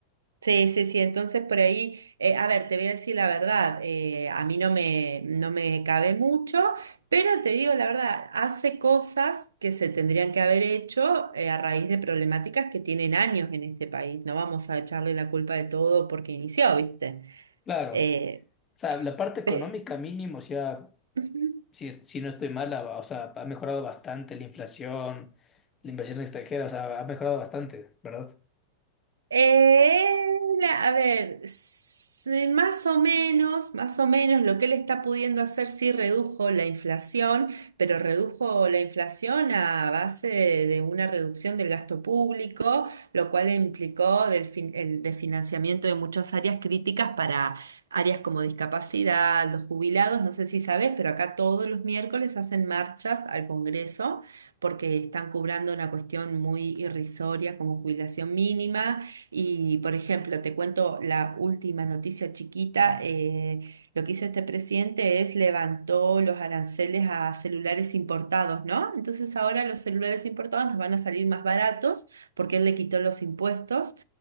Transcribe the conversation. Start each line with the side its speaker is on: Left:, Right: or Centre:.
Right: sí, sí, sí. Entonces por ahí, eh, a ver, te voy a decir la verdad. eh, a mí no me, no me cabe mucho, pero te digo la verdad, hace cosas que se tendrían que haber hecho eh, a raíz de problemáticas que tienen años en este país. No vamos a echarle la culpa de todo porque inició, ¿viste?
Left: Claro.
Right: Eh,
Left: O sea, la parte económica
Right: pe-
Left: mínimo, o sea,
Right: Ujú.
Left: si, si no estoy mal, ha- o sea, ha mejorado bastante la inflación, la inversión extranjera, o sea, ha mejorado bastante, ¿verdad?
Right: Eh, la- a ver, s- más o menos, más o menos lo que él está pudiendo hacer sí redujo la inflación, pero redujo la inflación a base de, de una reducción del gasto público, lo cual implicó del fin- el desfinanciamiento de muchas áreas críticas para áreas como discapacidad, los jubilados, no sé si sabes, pero acá todos los miércoles hacen marchas al Congreso porque están cobrando una cuestión muy irrisoria como jubilación mínima y, por ejemplo, te cuento la última noticia chiquita. eh, lo que hizo este presidente es levantó los aranceles a celulares importados, ¿no? Entonces ahora los celulares importados nos van a salir más baratos porque él le quitó los impuestos.